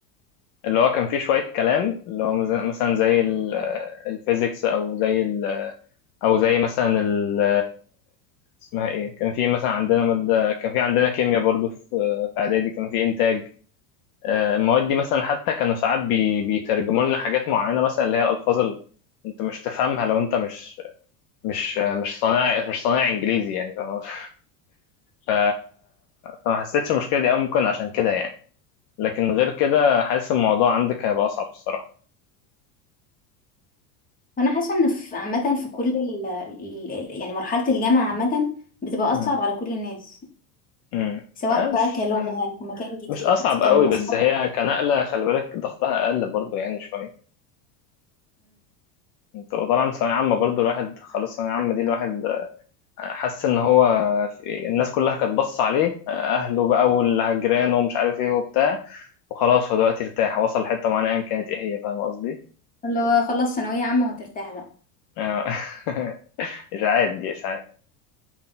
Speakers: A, on the left (about 50°); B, on the left (about 15°).
A: اللي هو كان فيه شوية كلام اللي هو مز- مثلا زي الفيزيكس أو زي او زي مثلا ال اسمها ايه كان في مثلا عندنا ماده كان في عندنا كيمياء برضو في في اعدادي كان في انتاج آه، المواد دي مثلا حتى كانوا ساعات بي... بيترجموا لنا حاجات معينه مثلا اللي هي الالفاظ اللي انت مش تفهمها لو انت مش مش مش صانع مش صانع انجليزي يعني فاهم؟ قصدي؟ ف... فما حسيتش المشكله دي أوي ممكن عشان كده يعني لكن غير كده حاسس الموضوع عندك هيبقى اصعب الصراحه
B: انا حاسه ان في عامه في كل ال ال- ال- يعني مرحله الجامعه عامه بتبقى اصعب
A: مم.
B: على كل الناس
A: مم.
B: سواء
A: آه،
B: بقى
A: مش
B: كلغه كمكان جديد
A: مش اصعب
B: كان
A: قوي بس
B: اصحابك
A: هي كنقله خلي بالك ضغطها اقل برضو يعني شويه تبقى طالعة من ثانوية عامة برضه الواحد خلاص ثانوية عامة دي الواحد حس إن هو في الناس كلها كانت بص عليه أهله بقى والجيران ومش عارف إيه وبتاع وخلاص هو دلوقتي ارتاح وصل لحتة معينة أيا كانت إيه هي فاهم قصدي؟
B: اللي هو خلص ثانوية عامة وهترتاح بقى
A: آه. <laughs> إشاعات دي إشاعات